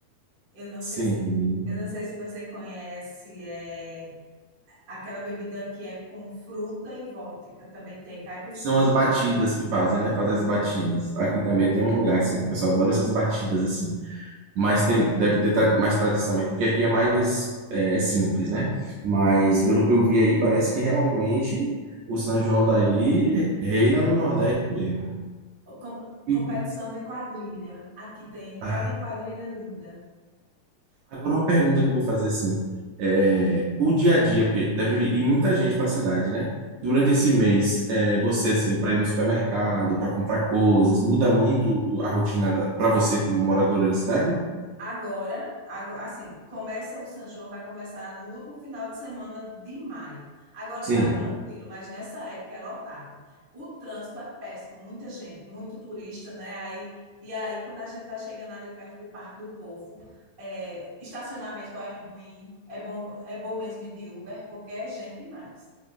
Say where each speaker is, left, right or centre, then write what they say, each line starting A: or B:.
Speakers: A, on the right (about 55°); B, on the right (about 75°).
A: Eu não
B: Sim.
A: sei se, eu não sei se você conhece, é aquela bebida que é com fruta e vodka, também tem caipifruta.
B: São as batidas que fazem, né? Fazer as batidas. Aqui também tem um lugar assim, que o pessoal adora essas batidas assim. Mas tem, deve ter tra- mais tradição aí, porque aqui é mais é, simples, né? Mas pelo que eu vi aí, parece que realmente o São João daí reina
A: É
B: no
A: um,
B: Nordeste mesmo.
A: com- competição
B: E,
A: de quadrilha. Aqui tem
B: ah,
A: cada quadrilha linda.
B: Agora uma pergunta que eu vou fazer assim, é, o dia a dia, porque deve vir ir muita gente para a cidade, né? Durante esse mês, é, você assim, para ir no supermercado, para comprar coisas, muda muito o- a rotina para você como moradora da cidade?
A: Agora, ago- assim, começa o São João, vai começar no último final de semana de maio. Agora
B: Sim.
A: está tranquilo, mas nessa época é lotado. O trânsito é péssimo, muita gente, muito turista, né? Aí, e aí, quando a gente vai chegando ali perto do Parque do Povo, é, estacionamento é ruim, é bom, é bom mesmo ir de Uber, porque é gente demais.